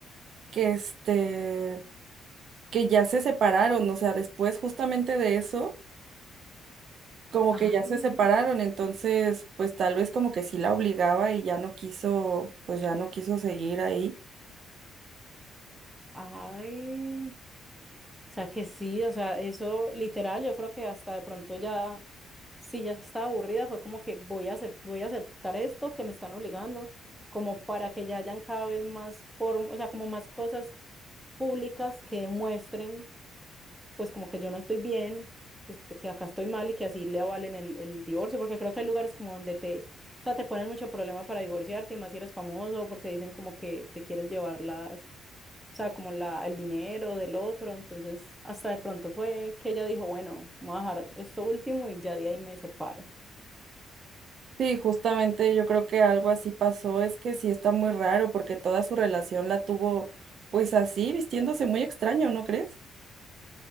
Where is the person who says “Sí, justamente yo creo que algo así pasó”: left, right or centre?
Right